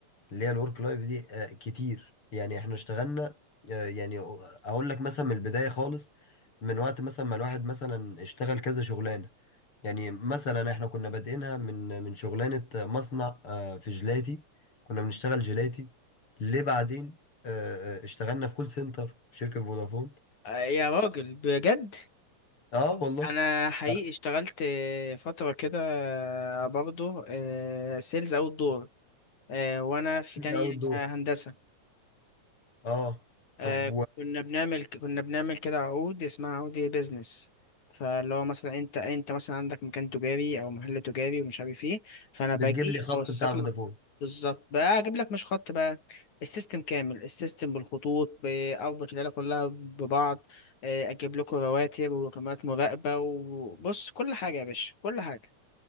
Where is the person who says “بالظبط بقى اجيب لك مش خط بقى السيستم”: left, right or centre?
Left